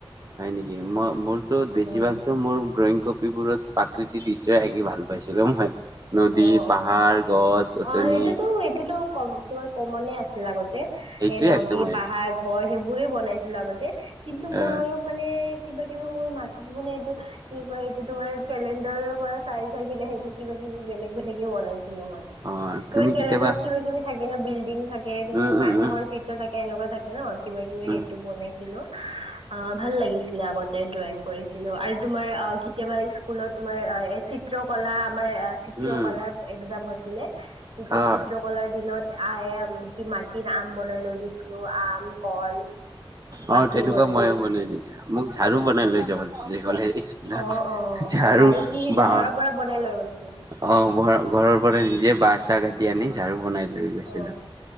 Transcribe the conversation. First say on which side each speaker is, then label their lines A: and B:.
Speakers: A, on the right; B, on the right.
A: হয় নেকি মই মোৰতো বেছিভাগতো
B: উম,
A: মোৰ ড্ৰয়িং কপিবোৰত প্ৰাকৃতিক দৃশ্য আঁকি ভাল পাইছিলো মই, নদী,
B: অ',
A: পাহাৰ,
B: অ'।
A: গছ গছনি।
B: অ সেইটোতো এইটোতো কম তোমাৰ কমনে আছিল আগতে
A: সেইটোৱে
B: এ নদী
A: আঁকো মই
B: পাহাৰ ঘৰ সেইবোৰে বনাইছিলো আগতে কিন্তু মই
A: অ'
B: অলপ মানে কিবা কিবি মোৰ মাথাত মানে এইটো কি কয় এইটো তোমাৰ কেলেণ্ডাৰৰ পৰা চাই চাই কিনে সেইটো কিবা কিবি বেলেগ বেলেগে বনাইছিলো মই।
A: অ'
B: তোমাৰ
A: তুমি
B: কেলেণ্ডাৰত
A: কেতিয়াবা
B: কিবা কিবি থাকে ন, বিল্ডিং থাকে, তোমাৰ
A: উম
B: কি
A: উম
B: মানুহৰ
A: উম
B: চিত্ৰ থাকে এনেকুৱা থাকে ন, কিবাকিবি
A: উম
B: সেইটো বনাই ছিলো। অহ ভাল লাগিছিলে আগতে ড্ৰয়িং কৰিছিলো আৰু তোমাৰ অ কেতিয়াবা স্কুলত তোমাৰ এ চিত্ৰকলা আমাৰ এ চিত্ৰকলাৰ
A: উম
B: এক্সাম হৈছিলে, তেতিয়া
A: অ'
B: চিত্ৰকলাৰ দিনত আহ কি আম বনাই লৈ গৈছিলো আম, কল। মাটিৰ
A: অ', তেনেকুৱা
B: বনাই
A: মইও
B: লৈ গৈছিলো
A: বনাই দিছিলো। মোক ঝাৰু বনাই লৈ যাব দিছিলে কলে স্কু লত
B: অ অ
A: ঝাৰু
B: কি
A: বাঁহৰ।
B: ঘৰৰ পৰা বনাই লৈ গৈছিলা
A: অ', ঘৰ ঘৰৰ পৰা নিজে বাঁহ চাহ কাটি আনি ঝাৰু বনাই লৈ গৈছিলো
B: অ'।